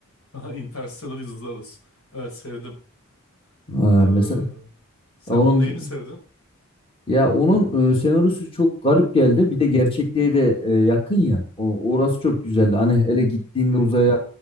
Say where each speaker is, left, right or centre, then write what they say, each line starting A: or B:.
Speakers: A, on the left; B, on the left.
A: Aha, Interstellar izleriz. Evet sevdim.
B: Ha,
A: Ee,
B: mesela
A: sen
B: onun
A: onun neyini sevdin?
B: Ya onun e, senaryosu çok garip geldi. Bir de gerçekliğe de e, yakın ya. O, orası çok güzeldi. Hani hele gittiğinde
A: Hmm.
B: uzaya